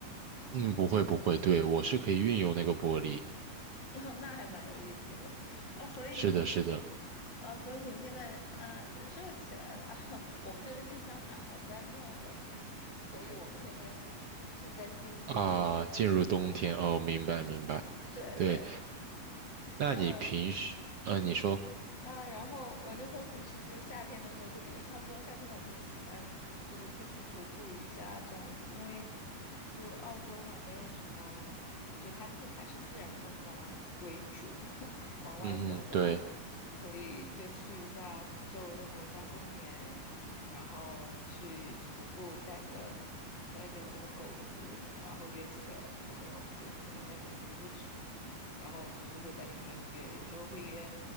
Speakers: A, on the right (about 70°); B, on the left (about 30°).
A: 嗯，不会不会，对，我是可以运用那个玻璃。
B: 哦，那还蛮有意思的哦。所以你们那边，
A: 是的，是的。
B: 呃，所以你们现在呃热起来了。<laughs> 我们这边正相反，我在墨尔本，所以我们现在是正在进入冬天。
A: 啊，
B: <laughs>
A: 进入冬天哦，明白明白。
B: 对对对，
A: 对，那你平时，
B: 然后
A: 呃，你说，
B: 啊，然后我就说平时就是夏天的时候，就跟你差不多，夏天我们也喜欢就是出去徒步一下这样子，因为就澳洲嘛，没有什么，就它自还是自然风光为主，<laughs> 往外走的话，，
A: 嗯，对。
B: 所以就去一下周围的国家公园，然后去徒步，带着带着我的狗子，然后约几个朋友，就他们有那种徒步群。然后就是会在里面约，有时候会约